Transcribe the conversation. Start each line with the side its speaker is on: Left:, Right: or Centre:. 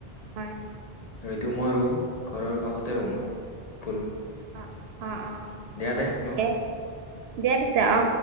Right: হয়,
Left: ত' সেইটো মই ৰুম, ঘৰৰ কাষতে ৰুম মই, ফুল।
Right: অ অ', অ,
Left: দিয়া দিয়া
Right: ঠিকে
Left: ন'?
Right: দিয়া পিছে অ,